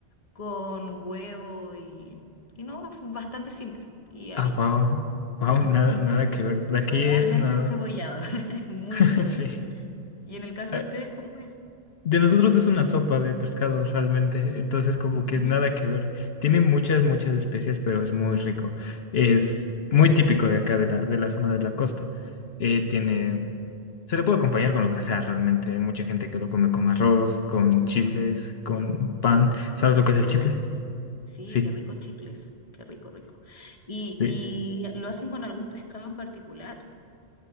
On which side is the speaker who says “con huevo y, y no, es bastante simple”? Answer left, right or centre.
Left